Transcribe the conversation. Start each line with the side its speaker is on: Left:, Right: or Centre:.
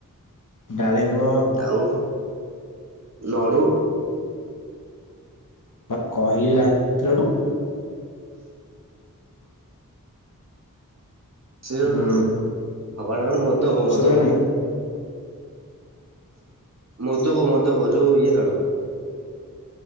Left: ଡାଳିମ୍ବ
Right: ଆଉ ଲଡ଼ୁ।
Left: ପା କହିଲି <unintelligible> ଲଡ଼ୁ।
Right: <unintelligible>
Left: ହୁଁ
Right: ମୋଦକ ମୋଦକ।
Left: ଶୁଭୁନି
Right: ମୋଦକ ମୋଦକ ଯୋଉ ଇଏ ଲଡ଼ୁ।